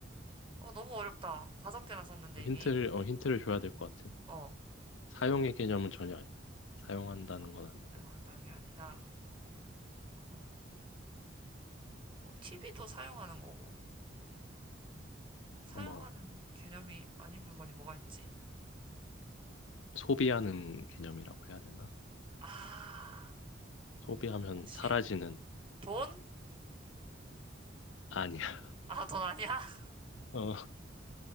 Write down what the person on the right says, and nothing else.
어, 너무 어렵다. 다섯 개나 썼는데
이미.
어,
사용한다는 게 아니다. 그럼 TV도 사용하는 거고. 사용하는
개념이 아닌 물건이 뭐가 있지?
아,
혹시
돈?
아, 돈 아니야? <laughs>